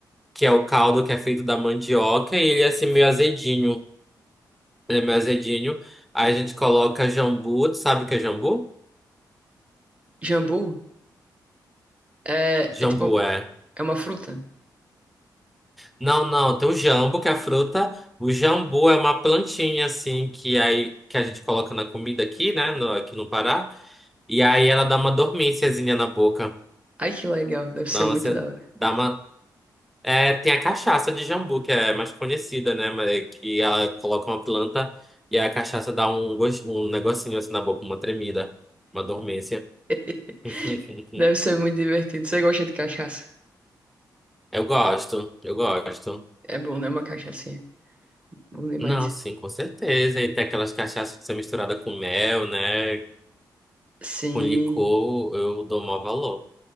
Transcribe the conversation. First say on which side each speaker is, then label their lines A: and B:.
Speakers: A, in the centre; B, on the right.
A: que é o caldo que é feito da mandioca, e ele é assim meio azedinho. Ele é meio azedinho. Aí a gente coloca jambu, tu sabe o que é jambu?
B: Jambu é,
A: Jambu
B: é tipo,
A: é.
B: é uma fruta.
A: Não, não, tem o jambo, que é a fruta. O jambu é uma plantinha, assim, que aí que a gente coloca na comida aqui, né? No, aqui no Pará. E aí ela dá uma dormênciazinha na boca.
B: Ai, que legal. Deve ser
A: Dá
B: muito
A: uma,
B: da hora.
A: dá uma, É, tem a cachaça de jambu, que é mais conhecida, né? Mas que ela coloca uma planta e a cachaça dá um, gosto, um negocinho assim na boca, uma tremida, uma dormência.
B: <laughs>
A: <laughs>
B: Deve ser muito divertido. Você gosta de cachaça?
A: Eu gosto, eu gosto.
B: É bom, né? Uma cachaçinha. Bom demais.
A: Não, sim, com certeza. E tem aquelas cachaças que são misturadas com mel, né?
B: Sim,
A: Com licor, eu dou maior valor.